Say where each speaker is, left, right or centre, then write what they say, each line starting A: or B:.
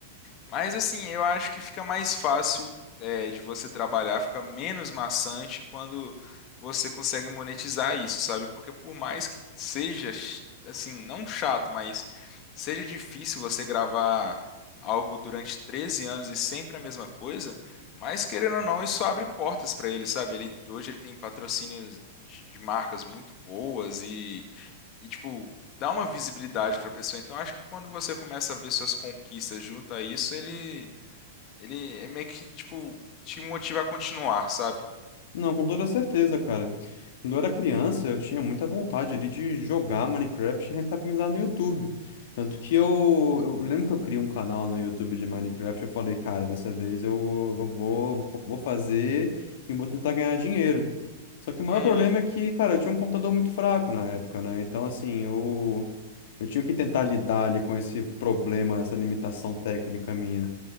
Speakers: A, on the left (about 35°); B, on the left (about 60°).
A: Mas assim, eu acho que fica mais fácil é, de você trabalhar, fica menos maçante quando você consegue monetizar isso, sabe? Porque por mais que seja ch- assim, não chato, mas seja difícil você gravar algo durante 13 anos e sempre a mesma coisa, mas querendo ou não, isso abre portas para ele, sabe? Ele hoje ele tem patrocínios de, de marcas muito boas e, tipo, dá uma visibilidade pra pessoa. Então, acho que quando você começa a ver suas conquistas junto a isso, ele, ele é meio que, tipo, te motiva a continuar, sabe?
B: Não, com toda certeza, cara. Quando eu era criança, eu tinha muita vontade ali de jogar Minecraft e rentabilizar no YouTube. Tanto que eu, eu lembro que eu criei um canal no YouTube de Minecraft, eu falei, cara, dessa vez eu, eu vou, vou fazer e vou tentar ganhar dinheiro. Só que o maior
A: Uhum,
B: problema é que, cara, eu tinha um computador muito fraco na época, né? Então, assim, eu, eu tinha que tentar lidar ali com esse problema, essa limitação técnica minha.